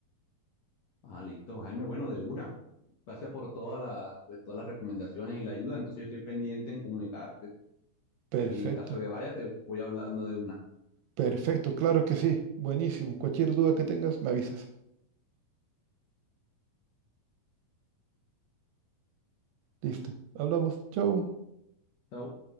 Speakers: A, on the left; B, on the right.
A: Ah, listo, Jaime, bueno, de una. Gracias por toda la, pues, todas las recomendaciones y la ayuda, entonces yo estoy pendiente en comunicarte.
B: <laughs> Perfecto.
A: Si en caso que vaya, te voy hablando de una.
B: Perfecto, claro que sí. Buenísimo. Cualquier duda que tengas, me avisas. Listo. Hablamos. Chau.
A: Chao.